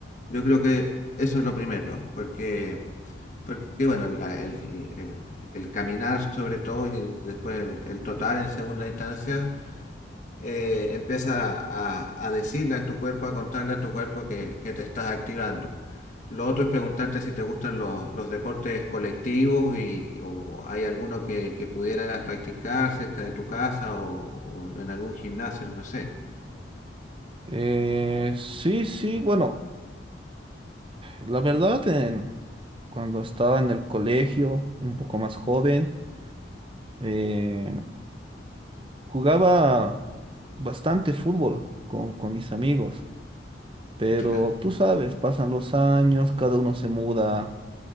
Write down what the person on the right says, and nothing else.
Eh, sí, sí, bueno, la verdad, en- cuando estaba en el colegio, un poco más joven, eh, jugaba bastante fútbol con, con mis amigos, pero
tú sabes, pasan los años, cada uno se muda,